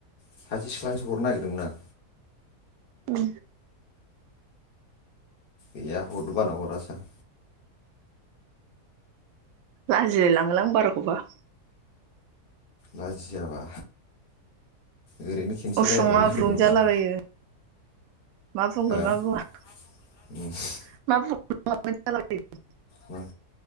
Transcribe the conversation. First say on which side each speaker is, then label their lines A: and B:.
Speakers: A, on the left; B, on the right.
A: सासे सिख्लानोसो हरनो नागिरदोंमोन आं
B: उम
A: गैया हरनो बाना हरासै आं
B: लाजिलाय लाङोलां बाराखौबा
A: लाजियाबा ओरैनो खेनसे
B: उसुं
A: रायलायहरनो
B: आब्रुं
A: नागिरदोंमोन
B: जालाबायो
A: आं
B: मा बुंगोन
A: हा
B: मा बुङा
A: <unintelligible>
B: <unintelligible>
A: उम